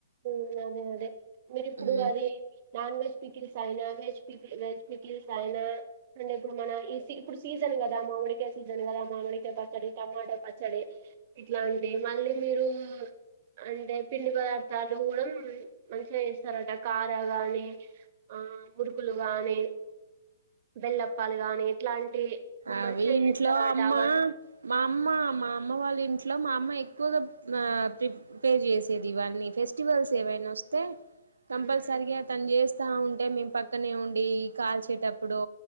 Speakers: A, on the right (about 45°); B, on the right (about 85°).
A: అదే అదే మీరు ఇప్పుడు
B: మ్మ్
A: అది నాన్ వెజ్ పిక్ సైనా వెజ్ పీకిల్స్ వెజ్ పికిల్స్ సైన మన ఇప్పుడు మన సీజన్ కదా మా. క సీజన్ కదా మామిడికాయ పచ్చడి టమాటా పచ్చడి ఇట్లాంటివి మళ్ళీ మీరు. అంటే పిండి పదార్థాలు కూడా మంచిగా చేస్తారంట కారా గాని. ఆహ్ మురుకులు గానీ బెల్లప్పాలు గానీ ఇట్లాంటి.
B: అవి
A: మంచిగా
B: ఇంట్లో
A: చేస్తారట
B: అమ్మ
A: అవ
B: మా అమ్మ మా అమ్మ వాళ్ళ ఇంట్లో మా అమ్మ. ఎక్కువగా ఆహ్ ప్రిపేర్ చేసేది ఇవన్నీ ఫెస్టివల్స్ ఏవైనా వస్తే. కంపల్సరిగా
A: ఉమ్,
B: ఆతను చేస్తే. వస్తా ఉంటే మేము పక్కనే ఉండి కాల్చేటప్పుడు